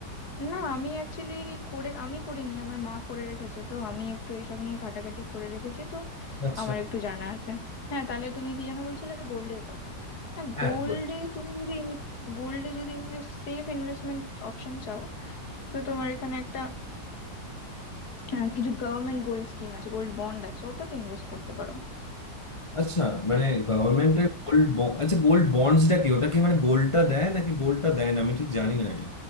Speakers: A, on the left; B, on the left.
A: না আমি অ্যাকচুয়ালি করে আমি করিনি আমার মা করে রেখেছে তো আমি একটু এসব নিয়ে ঘাটাঘাটি করে রেখেছি তো
B: আচ্ছা
A: আমার একটু জানা আছে হ্যাঁ তাহলে তুমি কি যেন বলছিলে গোল্ডের কথা হ্যাঁ
B: হ্যাঁ
A: গোল্ডে
B: গোল্ড
A: তুমি যদি গোল্ডে যদি ইনভেস্ট সেফ ইনভেস্টমেন্ট অপশন চাও তো তোমার এখানে একটা আহ, কিছু গভর্নমেন্ট গোল্ড স্কিম আছে গোল্ড বন্ড আছে ওটাতে ইনভেস্ট করতে পারো
B: আচ্ছা মানে গভর্নমেন্টের গোল্ড আচ্ছা গোল্ড বন্ডসটা কি ওটা কি মানে গোল্ডটা দেয় নাকি গোল্ডটা দেয় না আমি ঠিক জানি না এটা